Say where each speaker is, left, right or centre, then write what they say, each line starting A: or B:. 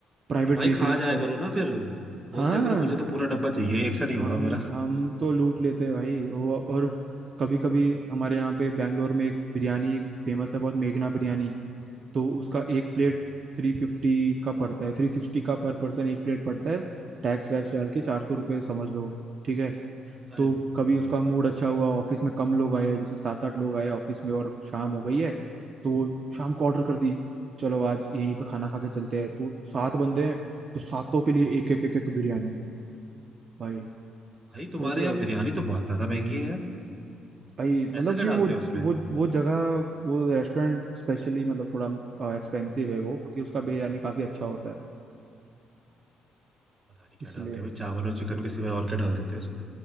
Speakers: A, on the right; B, on the right.
A: प्राइवेट
B: तो भाई
A: बेकरीज
B: खा जाया
A: का
B: करो ना फिर
A: हाँ
B: बोल दिया करो मुझे तो पूरा डब्बा चाहिए एक से नहीं
A: हम
B: होगा मेरा
A: हम तो लूट लेते हैं भाई वो- और कभी कभी हमारे यहाँ पे बैंगलोर में एक बिरयानी फेमस है बहुत मेघना बिरयानी तो उसका एक
B: अच्छा
A: प्लेट थ्री फिफ्टी का पड़ता है थ्री सिक्सटी का पर पर्सन एक प्लेट पड़ता है टैक्स वैक्स डाल के चार सौ रुपये समझ लो ठीक है
B: अरे
A: तो
B: भाई
A: कभी उसका मूड
B: साहब
A: अच्छा हुआ ऑफिस में कम लोग आए जैसे सात आठ लोग आए ऑफिस में और शाम हो गई है तो वो शाम को ऑर्डर कर दी चलो आज यहीं पे खाना खा के चलते हैं तो सात बंदे हैं तो सातों के लिए एक एक एक एक बिरयानी भाई
B: भाई तुम्हारे
A: सोच रहे
B: यहाँ
A: हो
B: बिरयानी तो बहुत ज्यादा महंगी है यार
A: भाई मतलब
B: ऐसा क्या
A: कि
B: डालते
A: वो
B: हैं उसमें
A: वो वो जगह वो रेस्टोरेंट स्पेशली मतलब थोड़ा एक्सपेंसिव है वो क्योंकि उसका बिरयानी काफ़ी अच्छा होता है
B: पता नहीं क्या
A: इसलिए
B: डालते हैं भाई चावल और चिकन के सिवाय और क्या डाल देते हैं उसमें